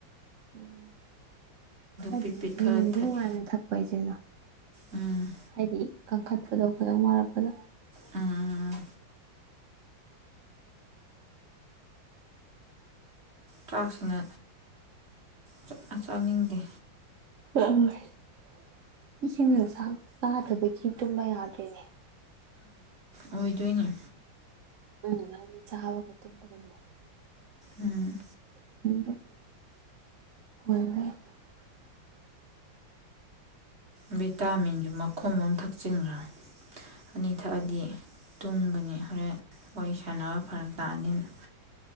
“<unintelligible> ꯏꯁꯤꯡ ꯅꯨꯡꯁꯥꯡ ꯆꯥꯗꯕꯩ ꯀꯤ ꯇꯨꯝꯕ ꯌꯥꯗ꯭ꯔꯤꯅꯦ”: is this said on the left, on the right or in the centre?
Right